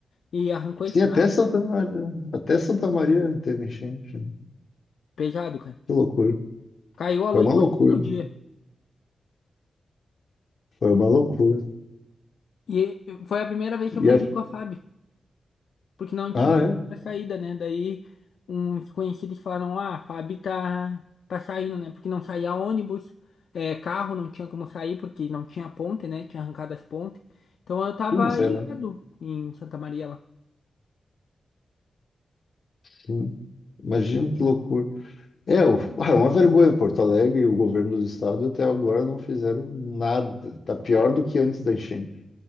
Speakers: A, on the left; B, on the left.
A: e arrancou
B: Sim,
A: a estrada.
B: até Santa Maria, até Santa Maria teve enchente. né?
A: Pesado, cara.
B: Que loucura.
A: Caiu a
B: Foi
A: luz
B: uma
A: por
B: loucura.
A: cinco dias.
B: Foi uma loucura.
A: E foi a primeira vez que eu
B: E
A: viajei
B: a...
A: com a FAB, porque não tinha
B: Ah, é?
A: outra saída, né? Daí uns conhecidos falaram, ah, a FAB tá, tá saindo, né? Porque não saía ônibus, é, carro não tinha como sair, porque não tinha ponte, né? Tinha arrancado as pontes. Então eu tava
B: Sim, não sei
A: ilhado
B: mais.
A: em Santa Maria lá.
B: Sim. Imagina que loucura. É, o- ah, é uma vergonha. Porto Alegre e o governo do estado até agora não fizeram nada. Tá pior do que antes da enchente.